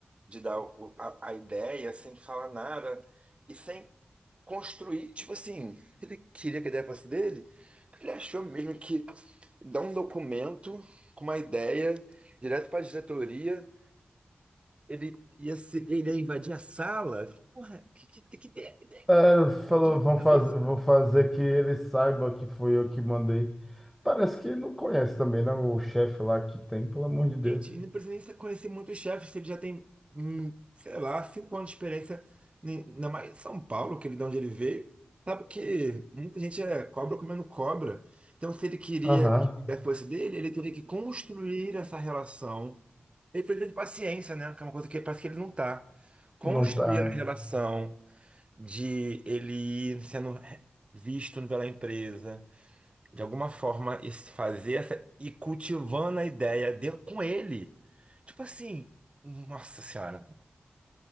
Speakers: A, on the right; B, in the centre.
A: de dar o- a, a ideia sem falar nada e sem construir, tipo assim, ele queria que a ideia fosse dele, ele achou mesmo que dar um documento com uma ideia direto para a diretoria, ele ia se, ele ia invadir a sala. Porra, que, que, que ideia, que
B: É, falou,
A: ideia
B: vão
A: na cabeça?
B: fazer, vou fazer que ele saiba que foi eu que mandei. Parece que não conhece também, né? O chefe lá que tem, pelo amor de Deus.
A: Gente, e não precisa nem conhecer muitos chefes, se ele já tem, hum, sei lá, cinco anos de experiência, em- ainda mais em São Paulo, que ele de onde ele veio. Sabe que muita gente é cobra comendo cobra. Então, se ele queria
B: Aham,
A: que fosse dele, ele teria que construir essa relação. Ele precisa de paciência, né? Que é uma coisa que parece que ele não tá. Construir
B: não tá.
A: a relação de ele ir sendo visto pela empresa de alguma forma es- fazer essa e cultivando a ideia dele com ele. Tipo assim, nossa senhora,